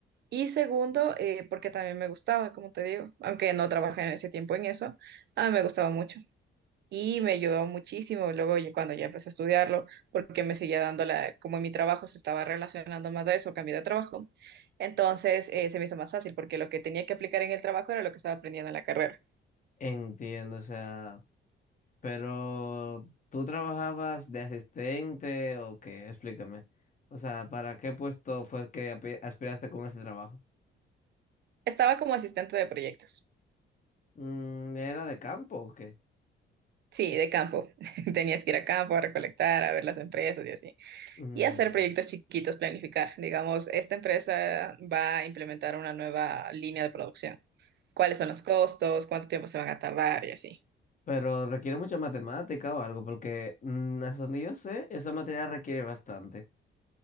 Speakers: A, on the right; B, on the left.
A: Y segundo, eh, porque también me gustaba, como te digo, aunque no trabajé en ese tiempo en eso, ah me gustaba mucho. Y me ayudó muchísimo luego ya cuando ya empecé a estudiarlo, porque me seguía dando la, como mi trabajo se estaba relacionando más a eso, cambié de trabajo. Entonces eh, se me hizo más fácil, porque lo que tenía que aplicar en el trabajo era lo que estaba aprendiendo en la carrera.
B: Entiendo, o sea, pero ¿tú trabajabas de asistente o qué? Explícame. O sea, ¿para qué puesto fue que api- aspiraste con ese trabajo?
A: Estaba como asistente de proyectos.
B: Mm, ¿era de campo o qué?
A: Sí, de campo. <laughs> Tenías que ir a campo a recolectar, a ver las empresas y así.
B: Mm,
A: Y hacer proyectos chiquitos, planificar. Digamos, esta empresa va a implementar una nueva línea de producción. ¿Cuáles son los costos? ¿Cuánto tiempo se van a tardar? Y así.
B: pero requiere mucha matemática o algo, porque mm, hasta donde yo sé, esa materia requiere bastante.